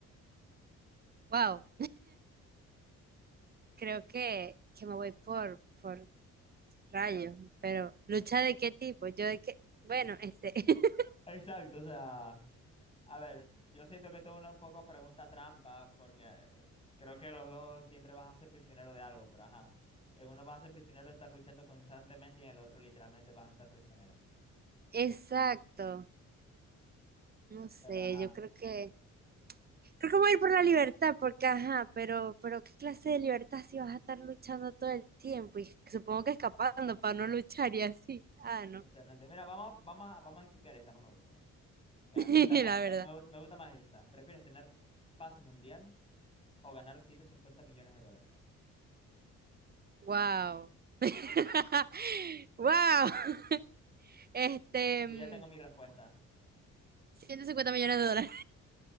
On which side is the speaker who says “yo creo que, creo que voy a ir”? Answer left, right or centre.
Right